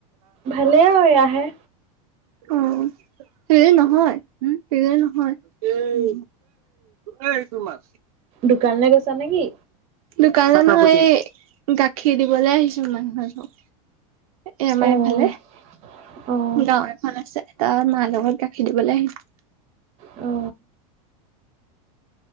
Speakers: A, on the right; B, on the right.
A: ভালে আৰু এয়া আহে
B: অ সেই নহয় উ সেইজনী নহয় এই এই তোমাৰ
A: দোকানলৈ গৈছা নেকি?
B: দোকানত এই গাখীৰ দিবলৈ আহিছো মানুহ এঘৰত এ আমাৰ
A: অ',
B: এফালে
A: অ',
B: গাঁও এখন আছে এটা মা লগত গাখীৰ দিবলৈ আহিছো
A: অ